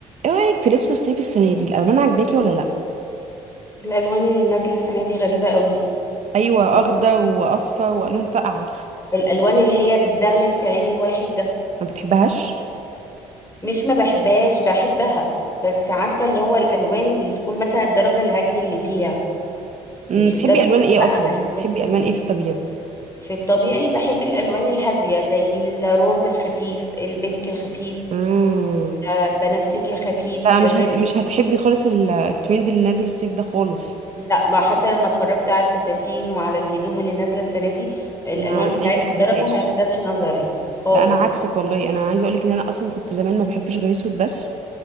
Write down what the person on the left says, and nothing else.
الالوان اللي نازله السنه دي غريبه قوي
يعني
الالوان اللي هي بتزغلل في عين الواحد ده
مش ما بحبهاش بحبها بس عارفه اللي هو الالوان اللي تكون مثلا الدرجه الهاديه اللي فيها
مش
الدرجه
بقى
اللي
هي دي.
في الطبيعي بحب الالوان الهاديه زي الروز الخفيف البنك الخفيف
آه، بنفسجي الخفيف
الريد
لا ما حتى لما اتفرجت على الفساتين وعلى الهدوم اللي نازله السنه دي الالوان
بتاعتها
الدرجه
ما لفتتش نظري خالص